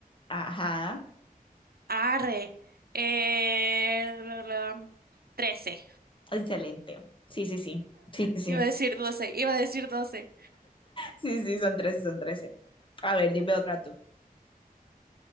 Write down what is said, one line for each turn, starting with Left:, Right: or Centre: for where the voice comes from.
Left: Ajá,
Right: Arre. Eh, la, la, 13.
Left: excelente. Sí, sí, sí. Sí, sí, sí.
Right: Iba a decir 12. iba a decir 12.
Left: Sí, sí, son trece son trece A ver, dime otra tú.